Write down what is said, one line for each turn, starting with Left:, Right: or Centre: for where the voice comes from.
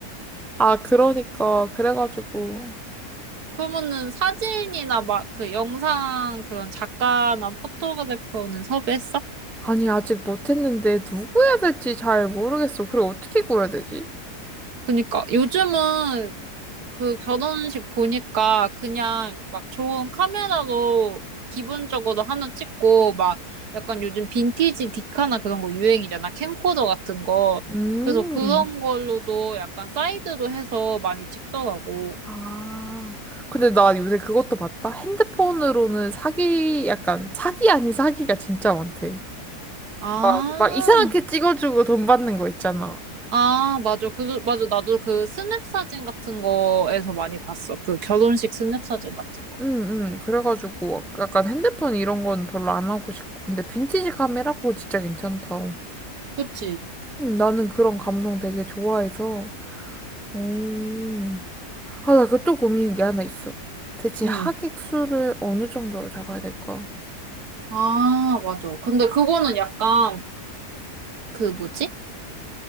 Centre: 아, 그러니까. 그래가지고.
Right: 그러면은 사진이나 막 그 영상 그런 작가나 포토그래퍼는 섭외했어?
Centre: 아니, 아직 못했는데, 누구 해야 될지 잘 모르겠어. 그리고 어떻게 구해야 되지?
Right: 그니까 요즘은 그 결혼식 보니까 그냥 막 좋은 카메라로 기본적으로 하나 찍고 막 약간 요즘 빈티지 디카나 그런 거 유행이잖아. 캠코더 같은 거.
Centre: 음.
Right: 그래서 그런 걸로도 약간 사이드로 해서 많이 찍더라고.
Centre: 아, 근데 나 요새 그것도 봤다. 핸드폰으로는 사기, 약간 사기 아닌 사기가 진짜 많대.
Right: 아,
Centre: 막, 막 이상하게 찍어주고 돈 받는 거 있잖아.
Right: 아, 맞아. 그, 맞아. 나도 그 스냅 사진 같은 거에서 많이 봤어. 그 결혼식 스냅 사진 같은 거.
Centre: 응, 응. 그래가지고 약간 핸드폰 이런 건 별로 안 하고 싶고. 근데 빈티지 카메라 그거 진짜 괜찮다.
Right: 그치?
Centre: 응, 나는 그런 감성 되게 좋아해서. 오. 아, 나 그것도 고민인 게 하나 있어. 대체
Right: 응.
Centre: 하객 수를 어느 정도로 잡아야 될까?
Right: 아, 맞아. 근데 그거는 약간 그 뭐지?